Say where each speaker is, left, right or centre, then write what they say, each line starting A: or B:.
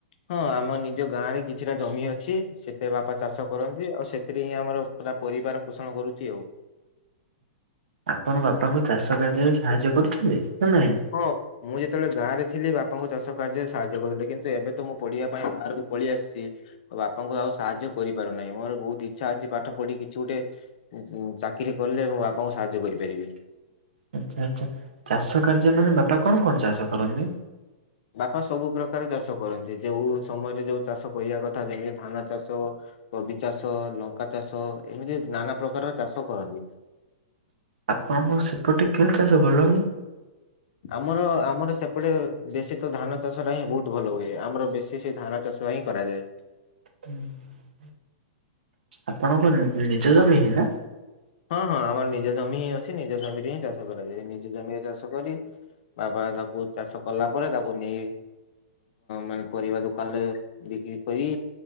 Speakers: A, on the left; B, on the right.
A: ହଁ ଆମ ନିଜ ଗାଁ ରେ କିଛିଟା ଜମି ଅଛି ସେଥିରେ ବାପା ଚାଷ କରନ୍ତି ଆଉ ସେଥିରେ ହିଁ ଆମର ପୁରା ପରିବାର ପୋଷଣ କରୁଛି ଆଉ।
B: ଆପଣ ବାପାଙ୍କୁ ଚାଷ କାର୍ଯ୍ୟରେ ସାହାଯ୍ୟ କରୁଛନ୍ତି ନା ନାଇଁ?
A: ହଁ। ମୁଁ ଯେତେବେଳେ ଗାଁରେ ଥିଲି ବାପାଙ୍କୁ ଚାଷ କାର୍ଯ୍ୟରେ ସାହାଯ୍ୟ କରୁଥିଲି। କିନ୍ତୁ ଏବେ ତ ମୁଁ ପଢିବା ପାଇଁ ବାହାରକୁ ପଳେଇ ଆସିଛି। ବାପାଙ୍କୁ ଆଉ ସାହାଯ୍ୟ କରିପାରୁନାହିଁ ମୋର ବହୁତ ଇଚ୍ଛା ଅଛି ପାଠ ପଢି କିଛି ଗୋଟେ ଚାକିରି କଲେ ମୋ ବାପାଙ୍କୁ ସାହାଯ୍ୟ କରିପାରିବି।
B: ଆଛା ଆଚ୍ଛା ଚାଷ କାର୍ଯ୍ୟ ମାନେ ବାପା କଣ କଣ ଚାଷ କରନ୍ତି?
A: ବାପା ସବୁ ପ୍ରକାର ଚାଷ କରନ୍ତି। ଯୋଉ ସମୟରେ ଯୋଉ ଚାଷ କରିବା କଥା ଯେମିତି ଧାନ ଚାଷ କବି ଚାଷ, ଲଙ୍କା ଚାଷ ଏମିତି ନାନା ପ୍ରକାରର ଚାଷ କରନ୍ତି।
B: ଆପଣଙ୍କ ସେପଟେ କେଲ ଚାଷ ଭଲ ହୁଏ?
A: ଆମର ଆମର ସେପଟେ ବେଶୀ ତ ଧାନ ଚାଷ ଟା ହିଁ ବହୁତ ଭଲ ହୁଏ ଆମର ବେଶୀ ସେ ସେ ଧାନ ଚାଷ ହିଁ କରାଯାଏ।
B: ହୁଁ ଆପଣଙ୍କ ନିଜ ଜମି ହିଁ ନା?
A: ହଁ ହଁ ଆମର ନିଜ ଜମି ହିଁ ଅଛି। ନିଜ ଜମିରେ ହିଁ ଚାଷ କରାଯାଏ। ନିଜ ଜମିରେ ଚାଷ କରି ବାବା ହେକା ବହୁତ୍ ଚାଷ କଲା ପରେ ତାକୁ ନେଇ ମାନେ ପରିବା ଦୋକାନରେ ବିକ୍ରି କରି